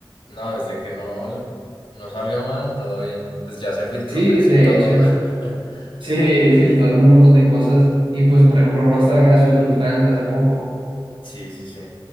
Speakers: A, on the left (about 75°); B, on the right (about 75°).
A: No, desde que no, l- no salga mal, todo bien. Pues ya se filtró
B: Sí,
A: casi
B: de
A: todo.
B: hecho. <laughs>
A: <laughs>
B: Sí, filtraron un montón de cosas. Y pues, por ejemplo, Rockstar acaba de subir un trailer hace poco.
A: Sí, sí, sí.